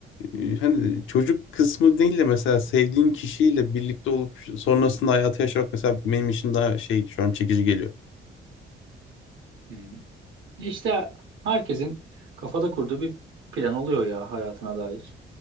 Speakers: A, on the left; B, on the right.
A: e, hani çocuk kısmı değil de mesela sevdiğin kişiyle birlikte olup sonrasında hayatı yaşamak mesela benim için daha şey şu an çekici geliyor.
B: Hmm. İşte herkesin kafada kurduğu bir plan oluyor ya hayatına dair.